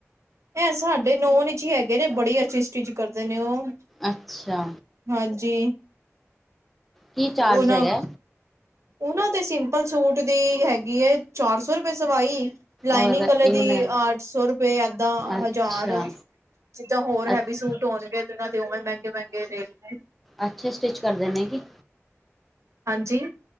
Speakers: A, on the right (about 70°); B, in the centre.
A: ਐ ਸਾਡੇ ਨੋਨ ਇੱਚ ਈ ਹੈਗੇ ਨੇ, ਬੜੀ ਅੱਛੀ ਸਟਿੱਚ ਕਰਦੇ ਨੇ ਓਹ।
B: ਅੱਛਾ।
A: ਹਾਂਜੀ।
B: ਕੀ
A: ਤੇ
B: ਚਾਰਜ
A: ਓਨਾਂ
B: ਹੈਗਾ
A: ਉਨ੍ਹਾਂ ਦੇ ਸਿੰਪਲ ਸੂਟ ਦੀ ਹੈਗੀ ਏ ਚਾਰ ਸੌ ਰੁਪਏ ਸਵਾਈ। ਲਾਈਨਿੰਗ
B: ਔਰ
A: ਆਲੇ
B: ਇਹ
A: ਦੀ
B: ਮੈਂ
A: ਅੱਠ ਸੌ ਰੁਪਏ, ਏਦਾਂ
B: ਅੱਛਾ
A: ਹਜਾਰ ਜਿੱਦਾਂ ਹੋਰ ਹੈਵੀ
B: ਅੱਛਾ
A: ਸੂਟ ਹੋਨਗੇ ਤੇ ਓਨਾਂ ਦੇ ਓਵੇਂ ਮੈਂਗੇ-ਮੈਂਗੇ ਰੇਟ ਨੇ।
B: ਅੱਛੇ ਸਟਿੱਚ ਕਰਦੇ ਨੇ ਕੀ?
A: ਹਾਂਜੀ?